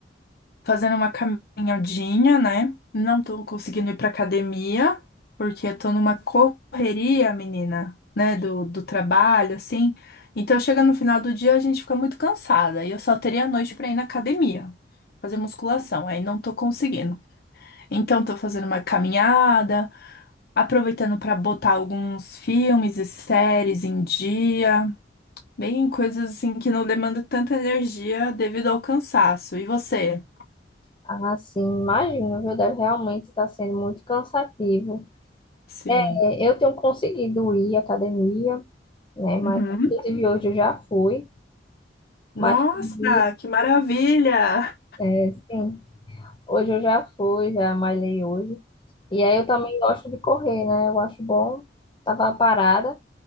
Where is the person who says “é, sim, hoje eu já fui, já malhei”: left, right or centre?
Left